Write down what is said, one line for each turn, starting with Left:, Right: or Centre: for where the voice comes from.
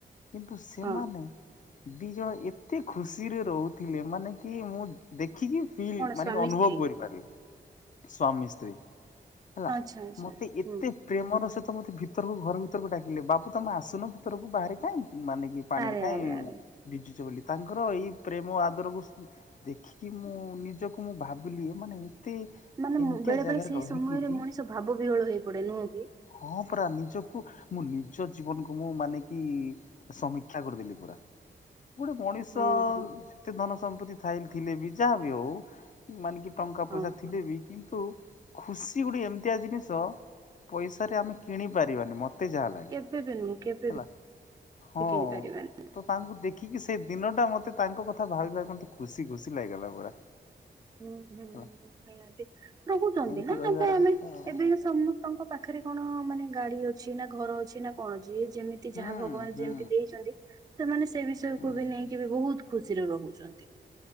Left: କିନ୍ତୁ ସେମାନେ।
Right: ହଁ
Left: ଦି ଜଣ ଏତେ ଖୁସିରେ ରହୁଥିଲେ ମାନେ କି ମୁଁ ଦେଖ। ଦେଖିକ ଫିଲ୍
Right: କଣ
Left: ମାନେ
Right: ସ୍ଵାମୀ
Left: ଅନୁଭବ
Right: ସ୍ତ୍ରୀ?
Left: କରିପାରିଲେ ସ୍ୱମୀ ସ୍ତ୍ରୀ। ହେଲା
Right: ଆଚ୍ଛା ଆଚ୍ଛା।
Left: ମତେ ଏତେ
Right: ହୁଁ
Left: ପ୍ରେମର ସେ ତ ମତେ ଭିତରକୁ ଘର ଭିତରକୁ ଡାକିଲେ ବାବୁ ତମେ ଆସୁନ ଭିତରକୁ ବାହାରେ କାଇଁ ମାନେ। କି ପାଣିରେ
Right: ଆରେ
Left: କାହିଁ
Right: ଆରେ ଆରେ
Left: ଭିଜୁଛ ବୋଲି। ତାଙ୍କର ଏଇ ପ୍ରେମ ଆଦରକୁ ଦେଖିକି ମୁଁ ନିଜକୁ ମୁଁ ଭାବିଲି ମାନେ।
Right: ମାନେ
Left: ଏମିତିଆ
Right: ବେଳେ ବେଳେ
Left: ଜାଗାରେ
Right: ସେଇ
Left: ରହିକି
Right: ସମୟରେ
Left: ବି
Right: ମଣିଷ ଭାବ ବିହଳ ହେଇ ପଡେ ନୁହଁ କି।
Left: ହଁ ପରା ନିଜକୁ ମୁଁ ନିଜ ଜୀବନକୁ ମୁଁ ମାନେ କି ସମୀକ୍ଷା କରିଦେଲି ପୁରା। ଗୋଟେ ମଣିଷ
Right: ହୁଁ ହୁଁ।
Left: ଯେତେ ଧନ ସମ୍ପତ୍ତି ଥାଇ ଥିଲେ ବି ଯାହାବ ହଉ ମାନେ କି। ଟଙ୍କା
Right: ହଁ
Left: ପଇସା
Right: ହଁ
Left: ଥିଲେ
Right: ହଁ।
Left: ବି କିନ୍ତୁ। ଖୁସି ଗୋଟେ ଏମିତିଆ ଜିନିଷ ପଇସରେ ଆମେ କିଣି ପାରିବାନି ମତେ। ଯାହା ଲାଗେ
Right: କେବେ ବି ନୁହଁ କେବେବି
Left: ହେଲା
Right: ନୁହଁ
Left: ହଁ।
Right: କିଣି ପାରିବନି।
Left: ତ ତାଙ୍କୁ ଦେଖିକି ସେ ଦିନ ଟା ମତେ ତାଙ୍କ କଥା ଭାବି ଭାବି ମତେ ଖୁସି ଖୁସି ଲାଗିଗଲା ପୁରା।
Right: ହୁଁ ହୁଁ
Left: ହେଲା
Right: ରହୁଛନ୍ତି
Left: ଏମିତି
Right: ନା
Left: ରହିବାର
Right: ଏବେ ଆମେ
Left: କଥା ଆଉ
Right: ଏବେ ସମସ୍ତଙ୍କ ପାଖରେ। ରେ କଣ ମାନେ ଗାଡି ଅଛି ନା ଘର ଅଛି ନା କଣ ଅଛି ଯିଏ। ଯେମିତି
Left: ହୁଁ
Right: ଯାହା ଭଗବାନ
Left: ହୁଁ
Right: ଯେମିତି ଦେଇଛନ୍ତି ସେମାନେ ସେ ବିଷୟ
Left: ହୁଁ।
Right: କକୁ ବି ନେଇକି ବି ବହୁତ। ଖୁସିରେ ରହୁଛନ୍ତି।